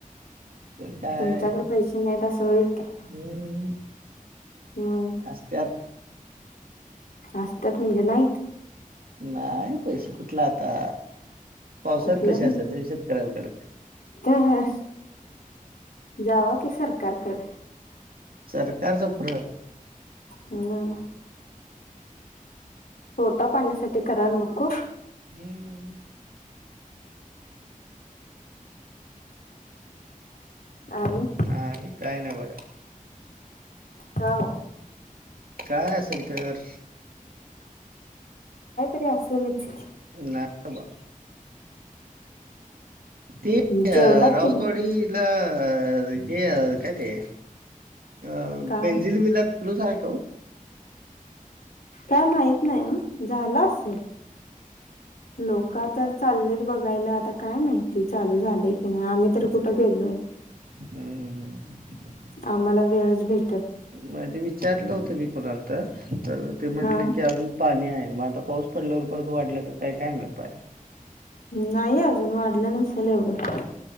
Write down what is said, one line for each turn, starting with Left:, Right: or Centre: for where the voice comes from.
Right: तर काय
Left: तुमच्याकडे पैसे नाहीत असं होईल काय
Right: हम्म
Left: मग
Right: असत्यात.
Left: असत्यात म्हणजे नाईत.
Right: नाय पैशे कुठल आता पावसाळ्यात
Left: कुठलं
Right: पैशे असत्यात होय शेतकऱ्यानंकड.
Left: तर जाव कि सरकारकड.
Right: सरकारचं फुर.
Left: म् पोटा पाण्यासाठी करायला नको.
Right: हम्म
Left: आणि
Right: आणि काय नाय बघा.
Left: का ओ
Right: काय असल तर.
Left: ते असलच की.
Right: नाही बा ते
Left: जेवलात
Right: अ राऊतवाडीला
Left: की नाही
Right: आ हे अ काय ते. अ
Left: काय
Right: बेंझिल विला चालू आहे का
Left: काय माहित नाही ओ झाला असेल लोक आता चाललेत बघायला आता काय माहिती चालू झाले की नाही आमही मी कुठे गेलो
Right: हम्म हम्म हम्
Left: आम्हाला वेळच भेट
Right: मध्ये विचारलं होत मी कुणाला तर तर ते म्हंटले
Left: हा
Right: की अजून पाणी आहे मग आता पाऊस पडल्यावर परत वाढलं काय काय म्हटयल
Left: नाही अजून वाढलं नसेल एवढं